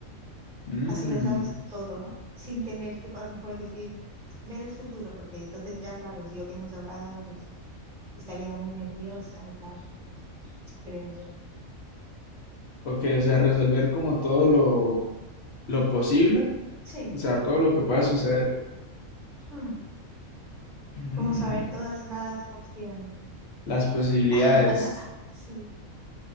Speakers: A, on the left; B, in the centre.
A: Mm.
B: Así le sabes todo, ¿no? Sin tener que a lo mejor decir, ver el futuro, porque entonces ya, claro, es lo que hemos hablado antes. Estaría muy nerviosa y tal, creo yo.
A: Ok, o sea, resolver como todo lo, lo posible,
B: Sí,
A: o sea, todo lo que pueda suceder.
B: mm,
A: Mm,
B: Vamos a ver todas las opciones.
A: las posibilidades.
B: <laughs> Sí,